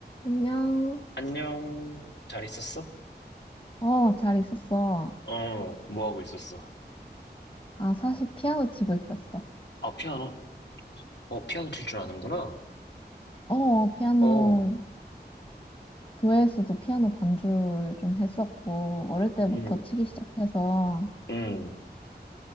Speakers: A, on the left (about 30°); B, on the left (about 80°).
A: 안녕.
B: 안녕. 잘 있었어?
A: 어, 잘 있었어.
B: 어, 뭐 하고 있었어?
A: 아, 사실 피아노 치고 있었어.
B: 아, 피아노? 어, 피아노 칠 줄 아는구나?
A: 어, 피아노,
B: 어,
A: 교회에서도 피아노 반주를 좀 했었고, 어릴 때부터
B: 음,
A: 치기 시작해서,
B: 음,